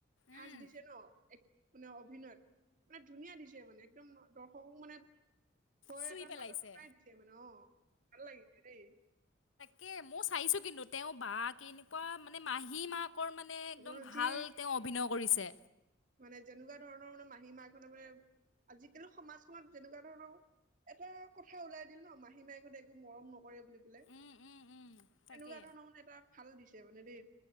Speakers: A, on the right (about 45°); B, on the left (about 90°).
A: ভাজ
B: উম,
A: দিছে ন এক মানে অভিনয়ত মানে ধুনীয়া দিছে মানে একদম দৰ্শকক মানে ভয়
B: চুই
A: এটাৰ
B: পেলাইছে
A: মাজত সোমাই দিছে মানে, অ' ভাল লাগিছে দেই।
B: কে মই চাইছো কিন্তু তেওঁ বা কেনেকুৱা মানে মাহী মাক কৰ মানে
A: অ
B: একদম ভাল
A: যি
B: তেওঁ অভিনয় কৰিছে।
A: মানে যেনেকুৱা ধৰণৰ মানে মাহী মাকহ'তে, মানে আজিকালি সমাজখনত যেনেকুৱা ধৰণৰ এটা কথা ওলাই দিওঁ ন, মাহী মাই ঘত একো মৰম নক কৰে বুলি পাই
B: উম উম উম তাকে
A: এনেকুৱা ধৰণৰ মানে এটা ভাল দিছে মানে দেই।